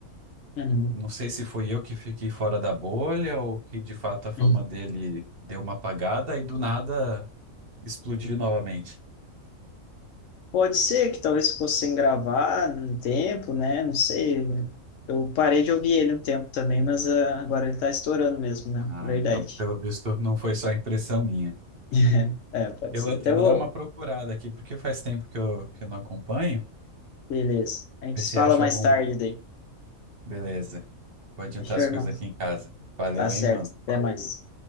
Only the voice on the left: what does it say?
Uhum.
Uhum.
Pode ser que talvez fosse sem gravar um tempo, né? Não sei. Eu parei de ouvir ele um tempo também, mas ah, agora ele tá estourando mesmo, né?
Verdade.
<laughs> É, pode
ser.
Até
vou.
Beleza. A gente
se
fala
mais
tarde daí.
Deixa
eu, irmão.
Tá certo.
Até
mais.